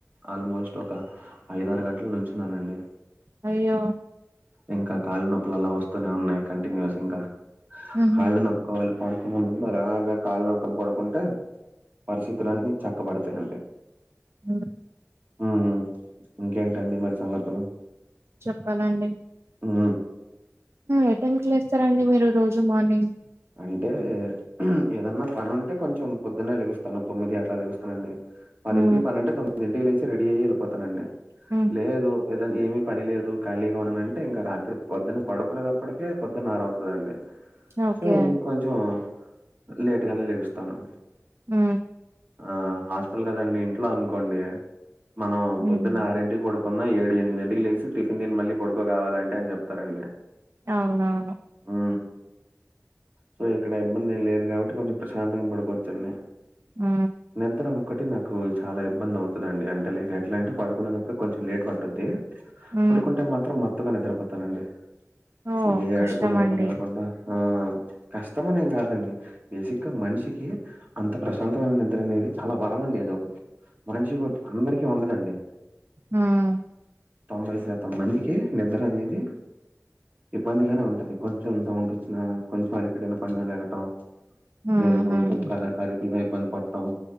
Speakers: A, on the right (about 35°); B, on the right (about 55°).
A: ఆల్మోస్ట్ ఒక ఐదారు గంటల నించునానండి
B: అయ్యో
A: ఇంక కాళ్ళు నొప్పులు అలా వస్తూనే ఉన్నాయి కంటిన్యూస్ ఇంక
B: హుహు
A: కాళ్ళు నొక్కుకోవాలి పడుకునేముందు అలాగ కాళ్ళు నొక్కుకొని పడుకుంటే పరిస్థితులన్నీ చక్కబడతాయండి
B: ఉ
A: ఉ ఇంకేంటండి మరి సంగతులు
B: చెప్పాలండి
A: ఉ
B: ఎ టైమ్ కి లేస్తారండి మీరు రోజు మార్నింగ్
A: అంటే ఏదన్న పని ఉంటే కొంచెం పోదున్నే లెగుస్తాను తొమ్మిది అట్ల లెగుస్తాను అండి పదింటికి
B: హ్మ్
A: పనుంటే తొమ్మిదింటికి లేచి రెడీ అయ్యి ఏళిపోతానండి
B: ఉ
A: లేదు ఏద ఏమి పని లేదు ఖాళీగా ఉన్నానంటే ఇంకా రాత్రి పొద్దున పడుకునే తప్పటికి పొద్దున్న ఆరు అవుతదండి
B: ఓకే
A: సో ఇం కొంచెం లేట్గానే లెగుస్తాను
B: ఉ
A: ఆ హాస్టల్ కదండి ఇంట్లో అనుకోండి మనం
B: హ్మ్
A: పొద్దున్న ఆరింటికి పడు కొన్న ఏడు ఎనిమిదింటికి తెలిసి టిఫిన్ దిని మళ్ళీ పొడుకో కావాలంటే అని చెప్తారండి
B: అవునవును
A: ఊ సో ఇక్కడ ఇబ్బంది ఏం లేదు కాబట్టి కొంచెం ప్రశాంతంగ పడుకోచ్చండి
B: ఊ
A: నిద్ర ఒకటి నాకు చాలా ఇబ్బందవుతుందండి అంటే లేక్ ఎట్లా అంటే పడుకునేటప్పుడు కొంచెం లేట్ పట్టుద్ది
B: హ్మ్
A: పడుకుంటే మాత్రం మత్తుగా నిద్రపోతానండి అసలు
B: ఓ
A: ఏ
B: కష్టమండి.
A: అడుపు దడుపు లేకుండా ఆ కష్టమనేం గాదండి బేసిక్గా మనిషికి అంత ప్రశాంతమైన నిద్ర అనేది చాలా వరం అండి అదొక మనిషిగు అందరికిీ ఉండదండి
B: హ్మ్.
A: తొంభై శాతం మందికి నిద్రనేది ఇబ్బందిగానే ఉంటది కొంచెం సౌండ్ ఒచ్చిన కొంచెం అలిపిడి నపడిన లేగటం
B: హ్మ్.
A: లేదు కొంచెం
B: హ్మ్.
A: క కదిపినా ఇబ్బంది పడ్ టం